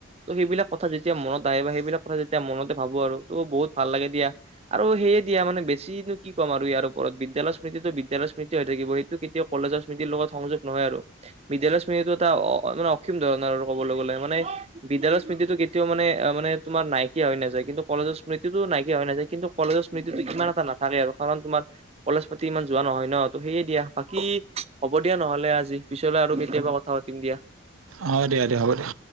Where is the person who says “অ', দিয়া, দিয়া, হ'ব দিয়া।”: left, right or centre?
Right